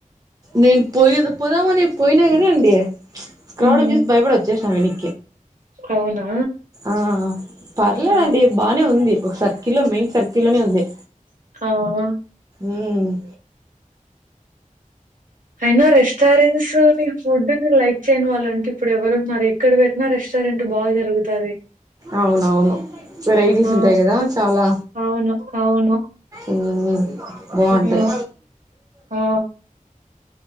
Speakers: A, on the right; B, on the right.
A: నేను పోయి పోదామనీ పోయినా కానీ అండి ప్చ్ క్రౌడ్
B: ఉమ్,
A: చూసి భయపడి వచ్చేసినాండి.
B: అవునా.
A: ఆహ్ పర్లేదండి
B: ఆ
A: బానే ఉంది ఒక సర్కిల్లో మెయిన్ సర్కిల్లోనే ఉంది.
B: అవునా.
A: ఉమ్.
B: అయినా రెస్టారెంట్స్ నీ ఫుడ్ని. లైక్ చేయని వాళ్ళంటు ఇప్పుడు ఎవరు ఉన్నారు ఎక్కడ పెట్టినా రెస్టారెంట్టు బాగా జరుగుతది.
A: అవునవును వెరైటీస్
B: ఆ
A: ఉంటాయి కదా చాలా.
B: అవును అవును
A: ఉమ్. బాగుంటాది.
B: ఆ ఆ